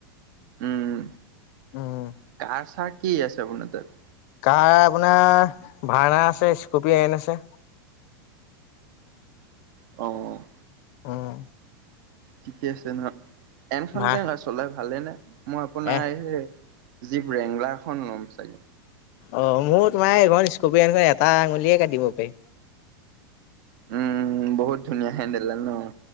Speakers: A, on the right (about 60°); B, on the left (about 50°).
A: উম,
B: উম
A: কাৰ চাৰ কি আছে আপোনাৰ তাত?
B: কাৰ আপোনাৰ ভাড়া আছে, স্কপিঅ এন আছে।
A: অ'।
B: উম।
A: ঠিকে আছে ন। এনখান
B: ভা
A: কেনে চলাই ভ ভালে নে? মই আপোনাৰ
B: এ
A: জিপ ৰেংলাৰখন ল'ম চাগে।
B: অ' মোৰো তোমাৰ এইখন স্কপিনখন এটা আঙুলিয়ে কাটিব পাৰি।
A: উম, বহুত ধুনীয়া হেডেলডাল ন'?